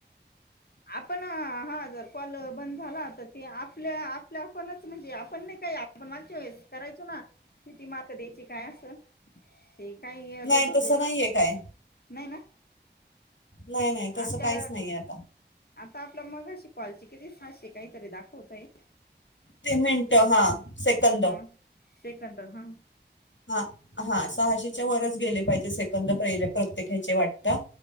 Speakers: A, on the left; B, on the left.
A: आपण हा जर कॉल बंद झाला, तर ते आपल्या आ ल्या आपणच म्हणजे आपण नाही काय. आपण मागच्या वेळेस करायचो ना. किती मार्क द्यायची, काय असं ते काय
B: नाही
A: देत होतो.
B: तसं नाहीये काय
A: नाही ना.
B: नाही नाही तस
A: आता
B: काहीच नाही यात.
A: आता आपलं मगाशी कॉलचे किती, सहाशे काही तरी दाखवतयं.
B: पेमेंट हां सेकंद
A: हा सेकंद हा.
B: हा. हां सहाशेच्या वरच गेले. पाहिजे सेकंद, पहिले प्रत्येकाचे वाटतं.